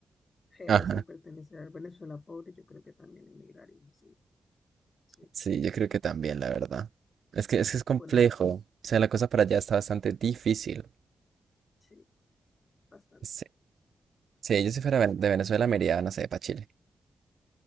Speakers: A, on the left; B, on the right.
A: Pero
B: Ajá.
A: si perteneciera al Venezuela pobre, yo creo que también emigraría, sí, sí.
B: Sí,
A: claro.
B: yo creo que también, la verdad. Es que es que es complejo.
A: Funados,
B: O sea, la cosa para allá está bastante difícil.
A: sí, bastante.
B: Sí, sí, yo si fuera ven- de Venezuela me iría, no sé, para Chile.